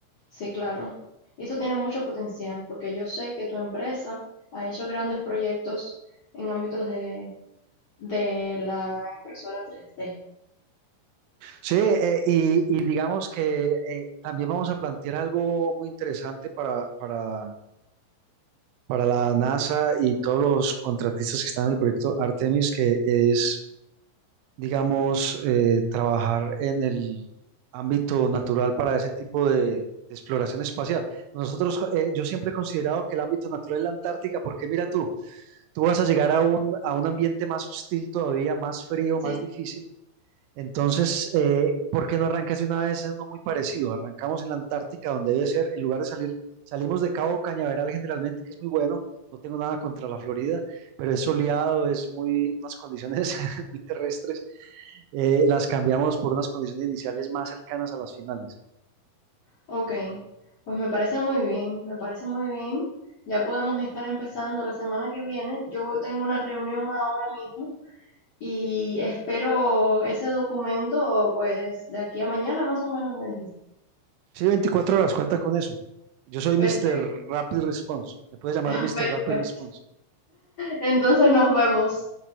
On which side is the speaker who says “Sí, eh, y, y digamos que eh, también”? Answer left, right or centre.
Right